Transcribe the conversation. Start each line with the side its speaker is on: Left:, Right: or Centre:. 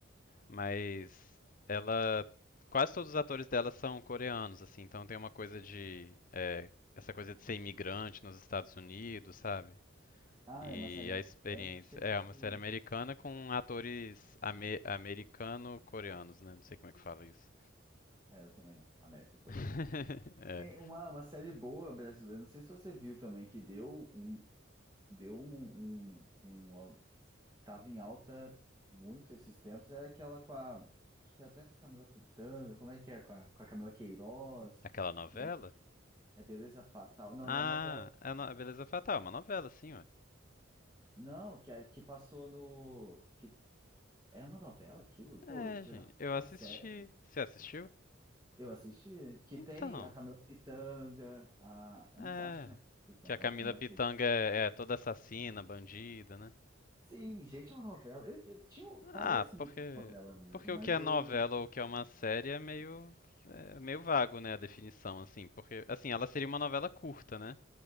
Left: mas ela quase todos os atores dela são coreanos, assim, então tem uma coisa de é, essa coisa de ser imigrante nos Estados Unidos, sabe?
Right: Ah,
Left: E
Right: é uma série americana
Left: a experiência
Right: cheia
Left: é
Right: de.
Left: uma série americana com atores ame- americano-coreanos, né? Não sei como é que fala isso.
Right: É, eu também não. Américo-coreano.
Left: <laughs>
Right: Tem
Left: É.
Right: uma, uma série boa brasileira, não sei se você viu também, que deu um, deu um, um, um al- tava em alta muito esses tempos, era aquela com a, acho que é até com a Camila Pitanga, como é que é, com a, com a Camila Queiroz,
Left: Aquela novela?
Right: Bele- é Beleza Fatal, não,
Left: Ah,
Right: da novela,
Left: é no- a Beleza Fatal, é uma novela, sim, ué.
Right: não, que, é- que passou no, que é uma novela aquilo, pô,
Left: É,
Right: jurava
Left: gente,
Right: que era
Left: eu assisti.
Right: uma série,
Left: Você assistiu?
Right: eu assisti, que
Left: Então,
Right: tem a Camila Pitanga, a, eu
Left: é.
Right: não sei, acho que não é a Camila Pitanga,
Left: Que a Camila
Right: é a Camila
Left: Pitanga
Right: Queiroz,
Left: é, é toda assassina, bandida, né?
Right: Sim, gente, é uma novela. Eu, eu tinha, um, parece
Left: Ah, porque.
Right: muito uma novela mesmo,
Left: Porque
Right: mas
Left: o que é novela
Right: o.
Left: ou o que é uma série é meio. É meio vago, né, a definição, assim. Porque, assim, ela seria uma novela curta, né?